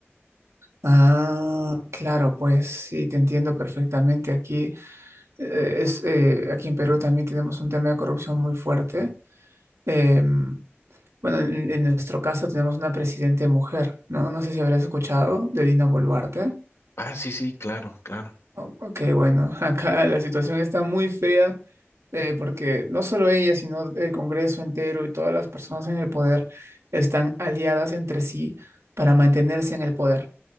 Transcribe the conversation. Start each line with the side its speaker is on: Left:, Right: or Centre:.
Right: Ah, claro, pues sí, te entiendo perfectamente. Aquí, eh, es, eh, aquí en Perú también tenemos un tema de corrupción muy fuerte. Em, bueno, en, en nuestro caso tenemos una presidente mujer, ¿no? No sé si habrás escuchado de Dina Boluarte.
Left: Ah, sí, sí, claro, claro.
Right: O- Ok, bueno, <laughs> acá la situación está muy fea eh, porque no solo ella, sino el Congreso entero y todas las personas en el poder están aliadas entre sí para mantenerse en el poder,